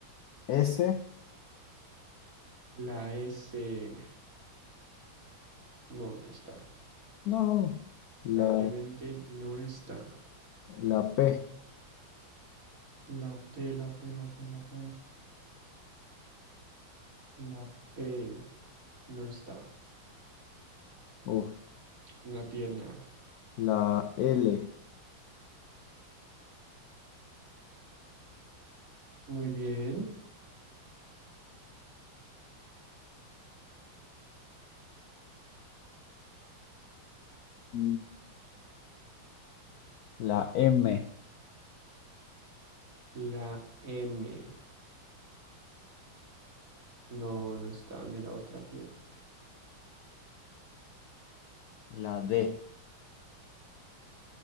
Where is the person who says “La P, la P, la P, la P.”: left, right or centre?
Right